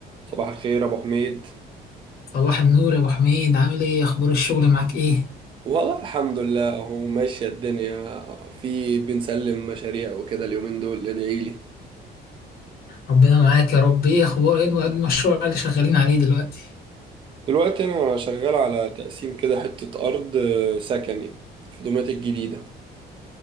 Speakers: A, on the right; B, on the left.
A: صباح الخير ابو حميد
B: صباح النور يا ابو حميد عامل ايه اخبار الشغل معاك ايه
A: والله الحمد لله هو ماشية الدنيا في بنسلم مشاريع وكده اليومين دول ادعي لي
B: ربنا معاك يا رب ايه اخبار ايه المشروع اللي شغالين عليه دلوقتي
A: دلوقتي انا شغال على تقسيم كده حتة ارض آه، سكني في دومات الجديدة